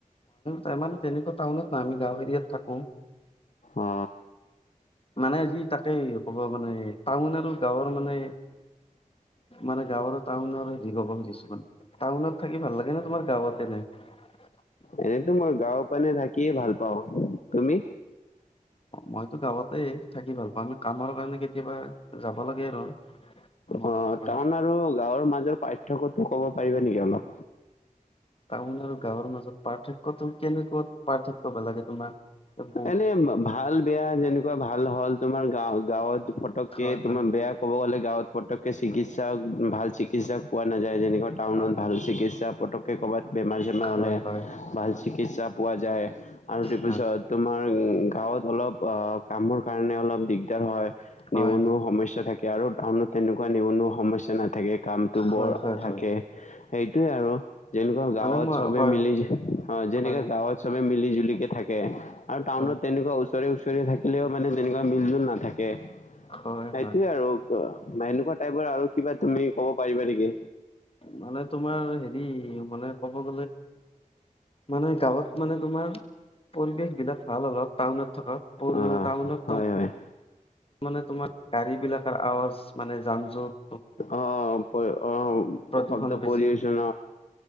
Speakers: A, on the left (about 40°); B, on the left (about 60°).
A: তাৰমানে তেনেকুৱা টাউনত নাই, আমি গাঁও এৰিয়াত থাকো।
B: অ
A: মানে আজি তাকে ক'ব মানে টাউন আৰু গাঁৱৰ মানে মানে গাঁৱৰ আৰু টাউন আৰু হেৰি ক'ব খুজিছো মানে টাউনত থাকি ভাল লাগে ন তোমাৰ গাঁৱতে থাকি? <inaudible>
B: এনেতো মই গাঁও পানে থাকিয়ে ভাল পাওঁ, তুমি?
A: মইতো গাঁৱতেই থাকি ভাল পাওঁ, আমি কামৰ কাৰণে কেতিয়াবা যাব লাগে আৰু মহানগৰী
B: অ' টাউন আৰু গাঁৱৰ মাজৰ পাৰ্থক্যটো ক'ব পাৰিবা নেকি অলপ।
A: টাউন আৰু গাঁৱৰ মাজত পাৰ্থক্যতো কেনেকুৱা পাৰ্থক্য লাগে তোমাক। অ'। <inaudible>
B: এনে ভাল, বেয়া যেনেকুৱা ভাল হ'ল তোমাৰ গাঁৱ গাঁৱত ফটকে
A: হয় হয়
B: তোমাৰ বেয়া খ গলে গাঁৱত পতকে চিকিৎসা ভাল চিকিৎসা চিকিৎসা পোৱা নাযায়, যেনেকা টাউনত
A: হয়
B: ভাল চিকিৎসা পটককৈ ক'ৰবাত বেমাৰ-চেমাৰ
A: হয়
B: হ'লে
A: হয়
B: ভাল
A: হয়
B: চিকিৎসা পোৱা যায়। আৰু তাৰপিছত
A: হয়
B: তোমাৰ গাঁৱত অলপ অ' কামৰ কাৰণে অলপ দিগদাৰ হয়।
A: হয়
B: নিবনুৱা
A: হয় হয়
B: সমস্যা থাকে আৰু টাউনত তেনেকুৱা নিবনুৱা সমস্যা নাথাকে। কামটো
A: হয়
B: বৰ
A: হয়
B: থাকে
A: হয়
B: সেইটোৱে আৰু যেনেকুৱা গাঁৱত
A: মানে মই
B: চবে
A: হয়
B: মিলি অ' যেনেকাে
A: হয়
B: গাঁৱত চবে মিলি জুলিকে থাকে আৰু টাউনত
A: হয়
B: তেনেকুৱা ওচৰে-ওচৰি থাকিলেও মানে তেনেকুৱা মিল-জুল নাথাকে
A: হয়
B: সেইটোৱে
A: হয়
B: আৰু বা এনেকুৱা টাইপৰ আৰু কিবা তুমি ক'ব পাৰিবা নেকি?
A: মানে তোমাৰ হেৰি মানে ক মানে গাঁৱত মানে তোমাৰ পৰিবেশ বিলাক ভাল অলপ টাউনত থকা সৰু
B: অ
A: সৰু টাউনত।
B: হয় হয়
A: মানে তোমাৰ গাড়ী বিলাকৰ আৱাজ মানে যান জট।
B: অ অ
A: প্ৰদূষণ
B: অশুদ্ধ
A: বেছি
B: পলিউচন